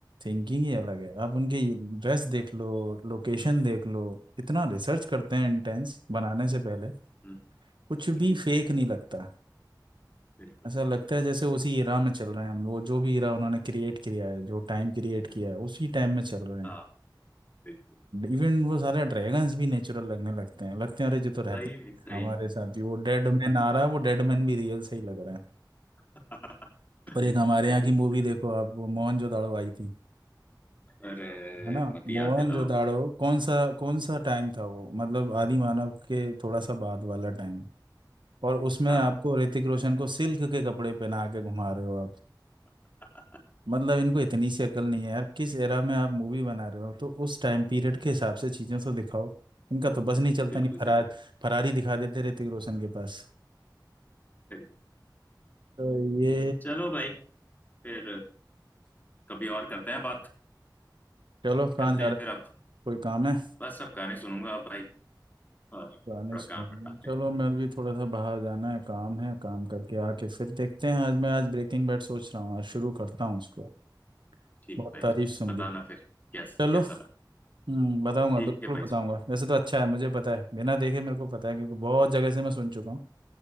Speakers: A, on the right; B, on the left.
A: थिंकिंग ही अलग है आप उनके ड्रेस देख लो लोकेशन देख लो इतना रिसर्च करते हैं इंटेंस बनाने से पहले
B: हम्म,
A: कुछ भी
B: बिल्कुल
A: फेक नहीं लगता
B: बिल्कुल
A: ऐसा
B: बिल्कुल
A: लगता है जैसे उसी इरा में चल रहे हैं हम वो जो भी इरा उन्होंने क्रिएट किया है जो टाइम क्रिएट किया है उसी टाइम में चल रहे
B: हाँ
A: हैं
B: बिल्कुल
A: इवन वो सारे ड्रैगन्स भी नेचुरल लगने लगते हैं लगते हैं अरे जो तो रहते
B: सही
A: हैं
B: में सही
A: हमारे
B: में
A: साथ ही वो डेड मैन आ रहा है वो डेड मैन भी रियल से ही लग रहा है
B: <laughs>
A: पर एक हमारे
B: बिल्कुल
A: यहाँ की मूवी
B: सही
A: देखो आप वो मोहनजोदाड़ो आई थी
B: अरे
A: है ना
B: मत ही
A: मोहनजोदाड़ो
B: याद दिलाओ
A: कौन सा कौन सा टाइम था वो मतलब आदि मानव के थोड़ा सा बाद वाला टाइम और उसमें
B: हाँ
A: आपको ऋतिक रोशन को सिल्क के कपड़े पहना के घुमा रहे हो आप
B: <laughs>
A: मतलब इनको इतनी सी अकल नहीं है यार किस एरा में आप मूवी बना रहे हो तो उस टाइम पीरियड के हिसाब से चीजें तो दिखाओ इनका तो बस नहीं चलता
B: बिल्कुल
A: नहीं फरार
B: सही
A: फरारी दिखा देते ऋतिक रोशन के पास
B: सही।
A: तो ये
B: चलो भाई फिर कभी और करते हैं बात
A: चलो
B: निकलते
A: कहाँ जा
B: हैं
A: रहे
B: फिर
A: हो
B: अब
A: कोई काम है
B: बस अब गाने सुनूंगा अब भाई और थोड़ा
A: गाने सुनो
B: काम निपटाते
A: चलो
B: हैं
A: मैं भी थोड़ा सा बाहर जाना है काम है काम करके आके फिर देखते हैं आज मैं आज ब्रेकिंग बैड सोच रहा हूँ आज शुरू करता हूँ उसको
B: ठीक
A: बहुत
B: भाई
A: तारीफ
B: जी
A: सुन
B: बताना
A: ली
B: फिर कैसा
A: चलो
B: कैसा लगा
A: हम्म बताऊंगा
B: ठीक
A: बिल्कुल
B: है भाई
A: बताऊंगा
B: जी
A: वैसे तो अच्छा है मुझे पता है बिना देखे मेरे को पता है क्योंकि बहुत जगह से मैं सुन चुका हूँ